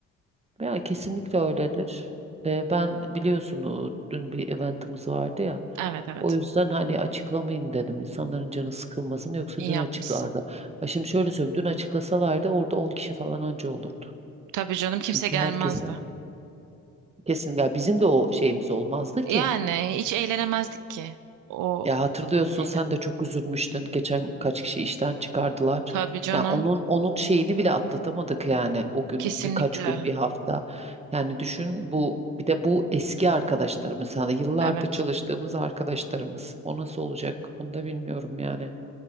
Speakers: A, on the right (about 20°); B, on the right (about 85°).
A: Ya kesinlikle öyledir. Ee, ben biliyorsun o dün bir eventimiz vardı ya.
B: Evet evet.
A: O yüzden hani açıklamayın dedim. İnsanların canı sıkılmasın yoksa
B: İyi
A: dün
B: yapmışsın.
A: açıklardı. Ha şimdi şöyle söyleyeyim dün açıklasalardı orada 10 kişi falan anca olurdu.
B: Tabii canım kimse
A: Çünkü
B: gelmezdi.
A: herkesin kesin ya bizim de o şeyimiz olmazdı ki.
B: Yani hiç eğlenemezdik ki o
A: Ya hatırlıyorsun
B: şeyle.
A: sen de çok üzülmüştün. Geçen kaç kişi işten çıkardılar.
B: Tabii canım.
A: Ya onun onun şeyini bile atlatamadık yani o gün
B: Kesinlikle.
A: birkaç gün bir hafta. Yani düşün bu bir de bu eski arkadaşlarımız hani yıllardır
B: Evet.
A: çalıştığımız arkadaşlarımız. O nasıl olacak? Onu da bilmiyorum yani.